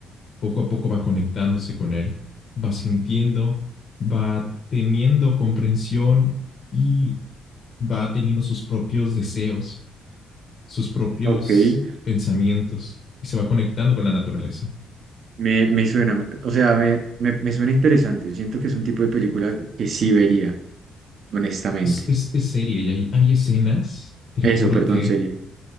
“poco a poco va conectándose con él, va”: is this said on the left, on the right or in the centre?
Left